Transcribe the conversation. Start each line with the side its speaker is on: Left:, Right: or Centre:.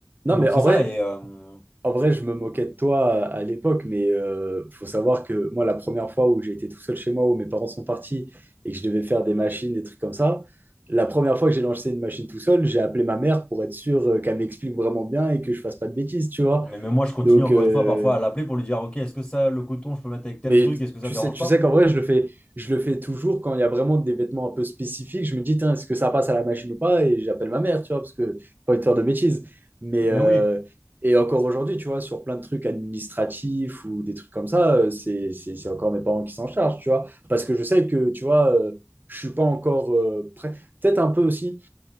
Right: Non,
Left: donc
Right: mais en
Left: c'est ça.
Right: vrai,
Left: Et, euh,
Right: En vrai, je me moquais de toi à à l'époque, mais euh, faut savoir que moi, la première fois où j'ai été tout seul chez moi, où mes parents sont partis et que je devais faire des machines, des trucs comme ça, la première fois que j'ai lancé une machine tout seul, j'ai appelé ma mère pour être sûr euh, qu'elle m'explique vraiment bien et que je fasse pas de bêtises, tu vois.
Left: mais même moi, je continue
Right: Donc,
Left: encore
Right: euh,
Left: une fois parfois à l'appeler pour lui dire, OK, est-ce que ça, le coton, je peux le mettre avec tel
Right: mais
Left: truc, est-ce que ça
Right: tu
Left: te dérange
Right: sais, tu
Left: pas?
Right: sais qu'en vrai, je le fais, je le fais toujours quand il y a vraiment des vêtements un peu spécifiques. Je me dis, tiens, est-ce que ça passe à la machine ou pas? Et j'appelle ma mère, tu vois, parce que pas envie de faire de bêtises. Mais
Left: Mais
Right: euh,
Left: oui.
Right: et encore aujourd'hui, tu vois, sur plein de trucs administratifs ou des trucs comme ça, euh, c'est, c'est, c'est encore mes parents qui s'en chargent, tu vois. Parce que je sais que, tu vois, euh, je suis pas encore euh, prêt. Peut-être un peu aussi